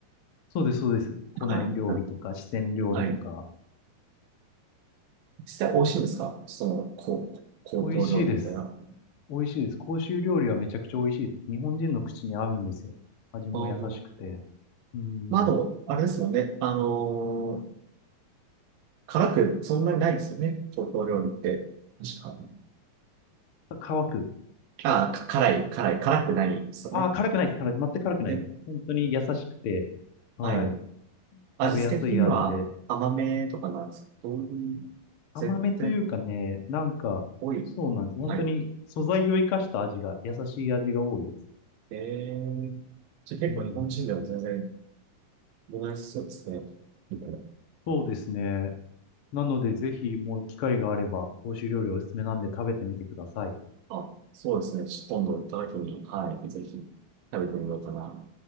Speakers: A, on the left; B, on the right.
A: そうです、そうです。湖南料理とか、
B: はい。
A: 四川料理とか。
B: はい。実際美味しいんですかその、こう、高等料理みたいな。
A: 美味しいです。美味しいです。広州料理はめちゃくちゃ美味しいです。日本人の口に合うんですよ。味も優しくて。
B: あー
A: うん。
B: まあ、あと、あれですもんね。あのー辛くそんなにないですよね。高等料理って。確か。
A: 乾く。
B: あー、か辛い、辛い、辛くないんですよね。
A: ああ、辛くないです。辛い。全く辛くないです。
B: で、
A: 本当に優しくて、はい。
B: はい。味付け的には甘めとかなんですけど、
A: 食べやすい味で。
B: どういう絶対
A: 甘めというかね、なんか、
B: 多い。
A: そうなんです。本当に素材を生かした味が、
B: はい。
A: 優しい味が多いです。
B: えー、じゃあ結構日本人では全然、
A: うん。
B: ごめんなさいそうですね。みたいな。
A: そうですね。なので、ぜひ、もう機会があれば、欧州料理おすすめなんで食べてみてください。
B: あ、そうですね。ちょっと今度行った時に、はい、ぜひ食べてみようかな。